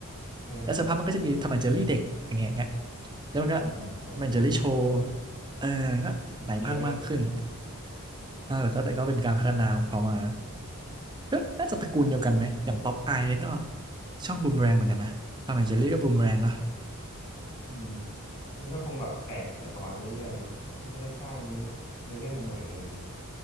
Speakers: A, on the left (about 30°); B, on the right (about 20°).
A: เออ
B: แล้วสักพักมันก็จะมีทอมแอนเจลี่เด็กอย่างเงี้ยอย่างเงี้ยแล้วมันก็ท
A: อืมอืมใช่ใช่
B: อมแอนเจลี่โชว์เออก็หลายภาคมากขึ้น
A: เยอะครับเยอะมาก
B: อ่าแล้วก็แต่ก็เป็นการพัฒนาของเขามา ก็น่าจะตระกูลเดียวกันไหมอย่างป๊อปอายนี่ก็ช่องบูมแรงเหมือนกันนะทอมแอนเจอรี่ก็บูมแรงเนาะ
A: อืมมันก็คงแบบแตกจักรวาลเรื่อยๆมั้งก็จะได้สร้างเนื้อเนื้อเรื่องใหม่ๆอะไรอย่างนี้